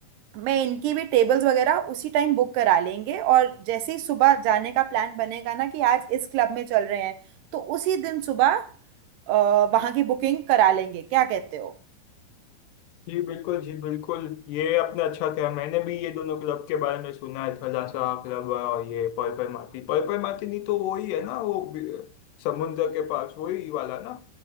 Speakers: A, on the right; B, on the left.
A: मैं इनकी भी टेबल्स वगैरह उसी टाइम बुक करा लेंगे और जैसे ही सुबह जाने का प्लान बनेगा ना कि आज इस क्लब में चल रहे हैं तो उसी दिन सुबह अ, वहाँ की बुकिंग करा लेंगे क्या कहते हो
B: जी बिल्कुल जी बिल्कुल ये आपने अच्छा किया मैंने भी ये दोनों क्लब के बारे में सुना है थलासा क्लब और ये पर्पल मार्टिन पर्पल मार्टिन ही तो वही है ना वो भी- समुद्र के पास वही वाला ना